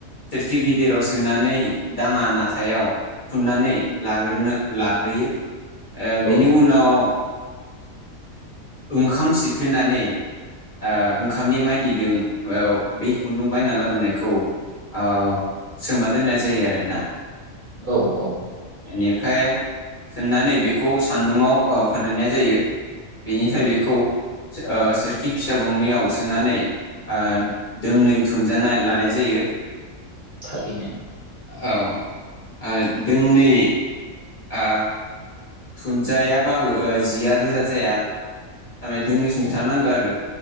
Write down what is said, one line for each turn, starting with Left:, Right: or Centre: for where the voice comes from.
Left: सोरखि गिदिराव सोनानै दाङा नाथायाव फुुननानै लाग्रोनो लाग्रोयो। ओ
Right: औ
Left: बिनि उनाव ओंखाम सिफ्लेनानै ओ ओंखामनि माइदिदों बै खुन्दुं बायना लाबोनायखौ ओ सोमाना दोननाय जायो आरोना।
Right: औ औ
Left: बेनिफ्राय सोनानै बेखौ सान्दुंङाव फोरदायनाय जायो बेनिफ्राय
Right: औ
Left: बेखौ ओ सोरखि फिसा गंनैयाव सोनानै ओ दोंनै थुनजाना लानाय जायो।
Right: थाबिनो
Left: औ ओ दोंनै आ थुनजायाबाबो जिया रोजा जाया थारमे दोंननि समथारनांगौ
Right: औ
Left: आरो